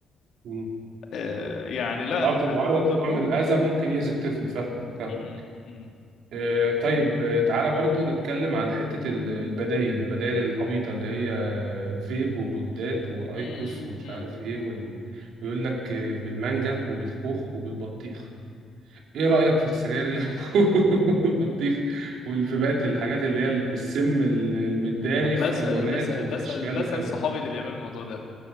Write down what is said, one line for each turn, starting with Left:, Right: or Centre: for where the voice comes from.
Right: مم.
Left: آه، يعني لا
Right: الأب
Left: الح-
Right: معرض
Left: الحمد لله
Right: لنوع
Left: اه
Right: من الأذى ممكن يأذي الطفل فاهم فاهمك
Left: م- م-
Right: آه طيب آه، تعالى برضو نتكلم عن حتة ال- البدايل البدايل العبيطة اللي هي آه، فيب وبودات وأيكوس
Left: م-
Right: ومش
Left: م-
Right: عارف
Left: م-
Right: إيه وال... ويقول لك آه، بالمانجا وبالخوخ وبالبطيخ إيه رأيك في السجاير اللي <laughs> بالبطيخ والفيبات الحاجات اللي هي السم ال- المداري
Left: م. بسأل
Right: في ألوانات
Left: بسأل
Right: وفي
Left: بسأل
Right: أشكال
Left: بسأل
Right: حلوة
Left: صحابي اللي بيعملوا الموضوع ده